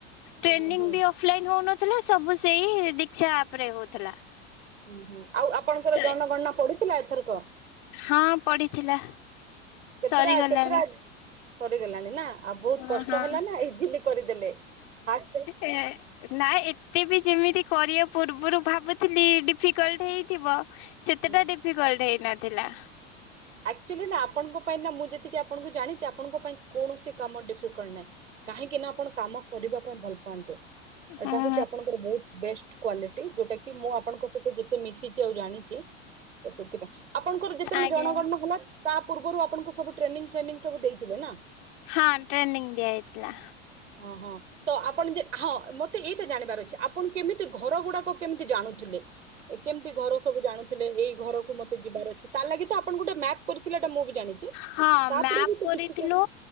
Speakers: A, on the right; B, on the left.
A: ହୁଁ
B: ଟ୍ରେନିଂ
A: ହୁଁ ହୁଁ
B: ବି ଅଫ୍ ଲାଇନ ହେଉନଥିଲା ସବୁ ସେଇ ଦିକ୍ଷା ଆପ୍ ରେ ହଉଥିଲା।
A: ହୁଁ ହୁଁ ଆଉ ଆପଣଙ୍କର
B: ତ
A: ଜନଗଣନା ପଡିଥିଲା ଏଥରକ।
B: ହଁ ପଡିିଥିଲା
A: କେତେଟା
B: ସରିଗଲାଣି।
A: କେତେଟା ସରିଗଲାଣି ନା ଆଉ ବହୁତ
B: ହଁ
A: କଷ୍ଟ
B: ହଁ
A: ହେଲା ନା ଇଜିଲି କରିଦେଲେ ଫାଷ୍ଟ
B: ଏ ନା ଏତେ ବି ଯେମିତି କରିବା ପୂର୍ବରୁ ଭାବୁ ଥିଲି ଡିଫିକଲଟ ହେଇଥିବ ସେତେଟା
A: ହୁଁ
B: ଡିଫିକଲ୍ଟ ହେଇନଥିଲା।
A: ଆକ୍ଚୁଆଲି ନା ଆପଣଙ୍କ ପାଇଁ ନା ମୁଁ ଯେତିକି ଆପଣଙ୍କୁ ଜାଣିଛି ଆପଣଙ୍କ ପାଇଁ କୌଣସି କାମ ଡିଫିକଲ୍ ନାହିଁ। କାହିଁକି ନା ଆପଣ କାମ କରିବା ପାଇଁ ଭଲ ପାଆନ୍ତେ
B: ହୁଁ
A: ଏଟା ହଉଛି ଆପଣଙ୍କର ବହୁତ୍ ବେଷ୍ଟ କ୍ଵାଲିଟି ଯୋଉଟା କି ମୁଁ ଆପଣଙ୍କ ସହିତ ଯେତେ ମିଶିଛି ଆଉ ଜାଣିଛି। ତ ସେଥିପାଇଁ ଆପଣଙ୍କର ଯେତେବେଳେ
B: ଆଜ୍ଞା
A: ଜଣଗଣନା ହେଲା ତା ପୂର୍ବରୁ ଆପଣଙ୍କୁ ସବୁ ଟ୍ରେନିଙ୍ଗ ଟ୍ରେନିଙ୍ଗ ସବୁ ଦେଇଥିଲେ ନା
B: ହଁ ଟ୍ରେନିଂ ଦିଆ ହେଇଥିଲା
A: ହଁ ହଁ। ତ ଆପଣ ଯେ ହଁ ମତେ ଏଇଟା ଜାଣିବାର ଅଛି ଆପଣ କେମିତି ଘର ଗୁଡାକ କେମିତି ଜାଣୁଥିଲେ। କେମିତି ଘର ସବୁ ଜାଣୁଥିଲେ ଏଇ ଘରକୁୁ ମତେ ଯିବାର ଅଛି ତା ଲାଗି ତ ଆପଣଙ୍କୁ ଗୋଟେ ମ୍ୟାପ୍ କରିଥିଲେ ଟା ମୁଁ ବି ଜାଣିଛି।
B: ହଁ
A: ତାପରେ
B: ମ୍ୟାପ
A: ବି ତ
B: କରିଥିଲୁ।
A: ଡିଫିକଲ୍ଟ